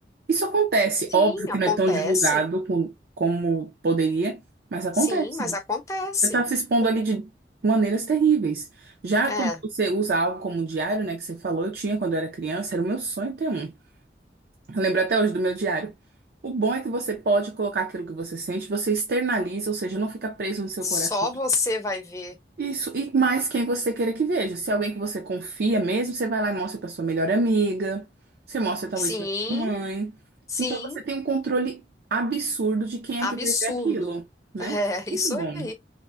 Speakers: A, on the right; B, on the left.
A: Isso acontece.
B: Sim,
A: Óbvio que
B: acontece.
A: não é tão divulgado com- como poderia, mas acontece.
B: Sim, mas
A: Você
B: acontece.
A: está se expondo
B: Por-
A: ali de maneiras terríveis. Já
B: É,
A: quando você usa algo como diário, né, que você falou, eu tinha quando eu era criança, era o meu sonho ter um. Eu lembro até hoje do meu diário. O bom é que você pode colocar aquilo que você sente, você externaliza, ou seja, não fica preso no seu
B: só
A: coração.
B: você vai ver.
A: Isso, e mais quem você queira que veja. Se é alguém que você confia mesmo, você vai lá e mostra para sua melhor amiga, você mostra talvez
B: Sim,
A: para sua mãe.
B: sim,
A: Então você tem um controle absurdo de quem
B: absurdo.
A: é que vai ver aquilo,
B: <laughs>
A: né?
B: É,
A: Muito
B: isso
A: bom.
B: aí.